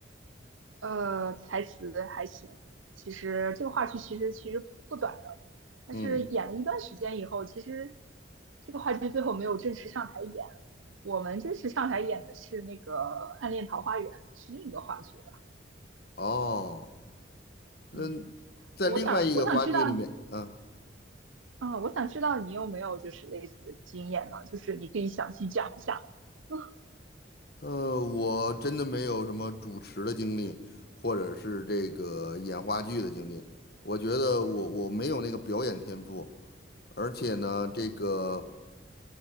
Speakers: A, on the right; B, on the left.
A: 呃，台词还行。其实这个话剧其实其实不短的，但是演了一段时间以后，
B: 嗯，
A: 其实这个话剧最后没有正式上台演。我们正式上台演的是那个《暗恋桃花源》，是另一个话剧了。
B: 哦，那
A: 嗯，
B: 在另外一个话剧里面，
A: 我想我想知道，
B: 啊，
A: 嗯，我想知道你有没有就是类似的经验呢？就是你可以详细讲一下。<laughs> 嗯
B: 呃，我真的没有什么主持的经历，或者是这个演话剧的经历。我觉得我我没有那个表演天赋。而且呢，这个